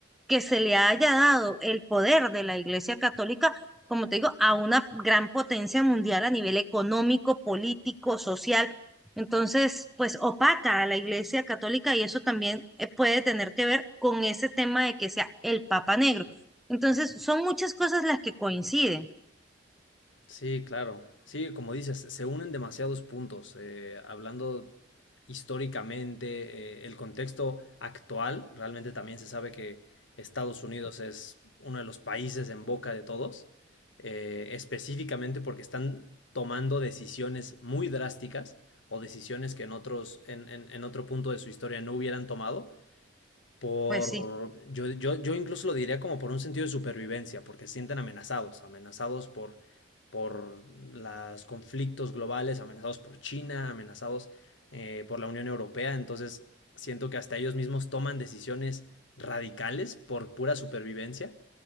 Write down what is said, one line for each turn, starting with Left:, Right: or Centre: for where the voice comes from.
Centre: que se le haya dado el poder de la Iglesia Católica, como te digo, a una gran potencia mundial a nivel económico, político, social. Entonces, pues opaca a la Iglesia Católica y eso también eh, puede tener que ver con ese tema de que sea el Papa Negro. Entonces, son muchas cosas las que coinciden.
Left: Sí, claro. Sí, como dices, se unen demasiados puntos. eh, hablando históricamente, eh, el contexto actual, realmente también se sabe que Estados Unidos es uno de los países en boca de todos, eh, específicamente porque están tomando decisiones muy drásticas o decisiones que en otros, en, en en otro punto de su historia no hubieran tomado por,
Centre: Pues sí.
Left: yo, yo, yo incluso lo diría como por un sentido de supervivencia, porque se sienten amenazados, amenazados por, por los conflictos globales, amenazados por China, amenazados eh, por la Unión Europea, entonces siento que hasta ellos mismos toman decisiones radicales por pura supervivencia